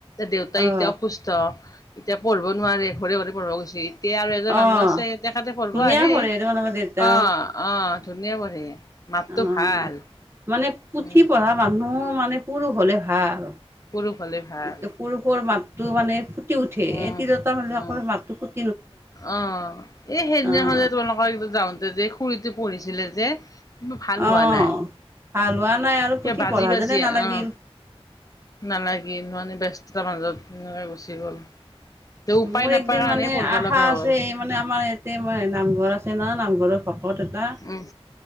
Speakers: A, on the left; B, on the right.
A: দেউতাই
B: অ',
A: এতিয়া অসুস্থ, এতিয়া পঢ়িব নোৱাৰে, ঘৰে ঘৰে পঢ়াব গৈছিল। এয়া আৰু এজন মানুহ
B: অ'।
A: আছে তেখেতে পঢ়িব
B: ধুনীয়া
A: আহে,
B: পঢ়ে তোমালোকৰ দেউতা
A: অ', অ'। ধুনীয়া পঢ়ে, মাতটো
B: অ'।
A: ভাল।
B: মানে পুথি
A: উম
B: পঢ়া মানুহ মানে পুৰুষ হ'লে ভাল।
A: পুৰুষ হলে ভাল
B: এয়া পুৰুষৰ মাতটো মানে ফুটি উঠে,
A: উম
B: এই তিৰোতা মানুহে
A: উম
B: পঢ়িলে মাতটো ফুট
A: অ', এই সেইদিনাখন
B: অ',
A: যে তোমালোকৰ যাওঁতে যে খুৰীটো পঢ়িছিলে যে ভাল
B: অ'
A: হোৱা নাই
B: ভাল হোৱা নাই আৰু
A: কিবা
B: পুথি
A: বাজি
B: পঢ়া
A: বাজি
B: যেনে নালাগিল।
A: অ নালাগিল মানে ব্যস্ততাৰ মাজত এ, গুচি গ'ল। তে উপায়
B: মোৰ
A: নাপায়
B: একদিন
A: কাৰণে
B: মানে
A: পঢ়িব
B: আশা
A: লগা হ'ল।
B: আছে মানে আমাৰ ইয়াত তে মই নামঘৰ আছে ন' নামঘৰৰ ভকত এটা,
A: উম,